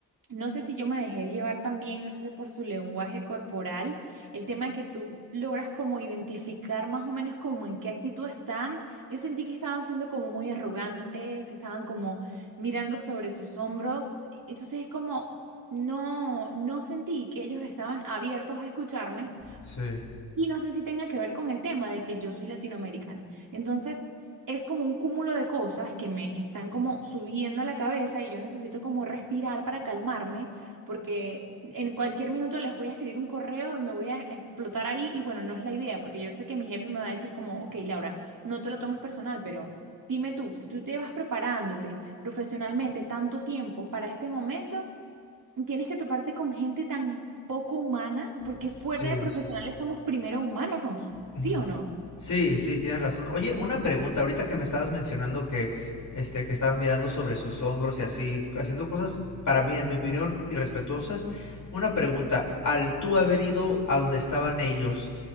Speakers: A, on the right; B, on the left.
A: no sé si yo me dejé llevar también, no sé si por su lenguaje corporal, el tema de que tú logras como identificar más o menos como en qué actitud están. Yo sentí que estaban siendo como muy arrogantes, estaban como mirando sobre sus hombros. Entonces es como, no, no sentí que ellos estaban abiertos a escucharme,
B: Sí.
A: y no sé si tenga que ver con el tema de que yo soy latinoamericana. Entonces, es como un cúmulo de cosas que me están como subiendo a la cabeza y yo necesito como respirar para calmarme, porque en cualquier minuto les voy a escribir un correo y me voy a explotar ahí. Y bueno, no es la idea, porque yo sé que mi jefe me va a decir como, ok, Laura, no te lo tomes personal, pero dime tú, si tú te vas preparándote profesionalmente tanto tiempo para este momento tienes que toparte con gente tan poco humana, porque
B: Sí,
A: fuera de profesionales
B: sí, sí.
A: somos primero humanos,
B: Ujú.
A: ¿sí o no?
B: Sí, sí, tienes razón. Oye, una pregunta, ahorita que me estabas mencionando que, este, que estabas mirando sobre sus hombros y así, haciendo cosas, para mí, en mi opinión, irrespetuosas. Una pregunta, al tú haber ido a donde estaban ellos,